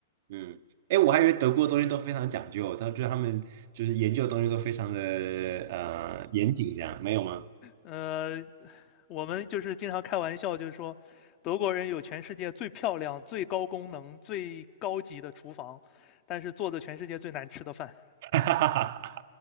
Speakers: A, on the right; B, on the left.
A: 嗯，哎，我还以为德国的东西都非常讲究，他就是他们就是研究的东西都非常的呃严谨，这样没有吗？
B: 呃，我们就是经常开玩笑，就是说德国人有全世界最漂亮、最高功能、最高级的厨房，但是做的全世界最难吃的饭。
A: <laughs> 哈哈，